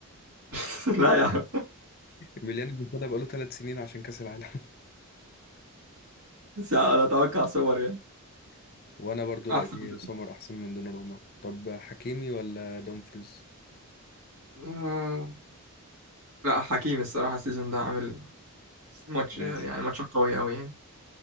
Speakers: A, on the right; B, on the left.
A: <laughs> لا يا عم
B: ايميليانو بياخدها بقاله ثلاث سنين عشان كأس العالم
A: بس انا اتوقع سوبر يعني
B: <laughs> وانا برضو رأيي
A: احسن
B: سومر احسن من دوناروما طب حكيمي ولا دومفريز
A: آه، لا حكيمي الصراحة السيزون ده عامل ماتش
B: ماشي.
A: يعني ماتش قوي أوي يعني